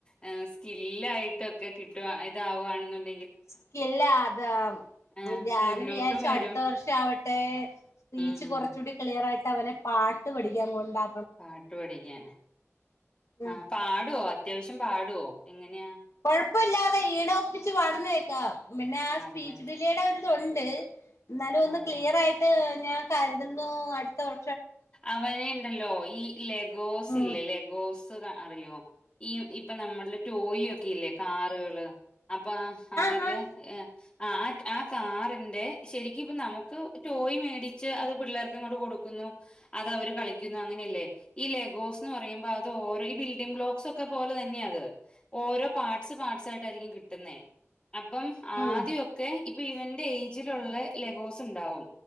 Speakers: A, on the left (about 20°); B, on the left (about 75°).
A: എ സ്കില്ലായിട്ടൊക്കെ കിട്ടോ ഇതാവു ആണെന്നുണ്ടെ
B: സ്കില്ലാഅതാ
A: ആഹ്
B: ഞാനും
A: മുന്നോട്ടും
B: വിയാരിച്ചു
A: വരും
B: അടുത്ത വർഷം ആവട്ടേ സ്പീച്ച്
A: ഉം
B: കൊറച്ചൂടി ക്ലിയർ ആയിട്ട് അവനെ പാട്ട് പഠിക്കാൻ കൊണ്ടാ
A: പാട്ടു പഠിക്കാൻ
B: ഉം
A: ആ പാടോ അത്യാവശ്യം പാടോ എങ്ങനെയാ
B: കൊഴപ്പില്ലാതെ ഈണോപ്പിച്ച് പാടുന്നേക്കാം പിന്നെ ആ
A: പാടുന്നുണ്ട്
B: സ്പീച്ച് ഡിലെയുടെ ഒരു തൊണ്ട് എന്നാലും ഒന്ന്
A: ആഹ്
B: ക്ലിയർ ആയിട്ട് ഞാൻ കരുതുന്നു അടുത്ത ഓ
A: അവന്ണ്ടല്ലോ ഈ ലെഗോസ്
B: ഉം
A: ഇല്ലേ ലെഗോസ് തൊക്കെ അറിയോ ഈ ഇപ്പൊ നമ്മൾടെ ടോയി ഒക്കെ ഇല്ലേ കാറുകള് അപ്പൊ ആ അതില്
B: ആഹ് ആഹ്
A: ഏഹ് ആഹ് ആറ്റ് കാറിന്റെ ശരിക്കിപ്പ നമുക്ക് ടോയ് മേടിച്ച് അത് പിള്ളേർക്കങ്ങോട്ട് കൊടുക്കു ഉം അത് അവർ കളിക്കുന്നു അങ്ങനെയല്ലേ ഈ ലെഗോസ് എന്ന് പറയുമ്പോ അത് ഓരോ ഈ ബിൽഡിംഗ് ലോക്സ് ഒക്കെ പോലെ തന്നെയാ ത്ഹേ ഓരോ പാർസ് പാർസ് ആയിട്ടായിരിക്കും കിട്ടുന്നേ. അപ്പം
B: ഉം
A: ആദ്യക്കെ ഇപ്പൊ ഇവന്റെ ഏജിലുള്ള ലഗോസ് ഉണ്ടാവും